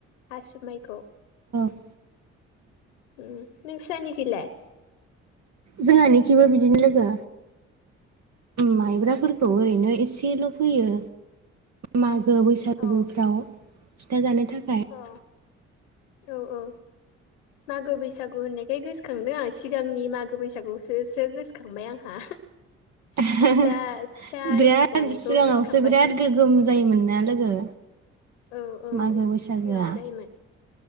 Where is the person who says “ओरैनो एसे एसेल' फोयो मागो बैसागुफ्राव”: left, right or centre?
Right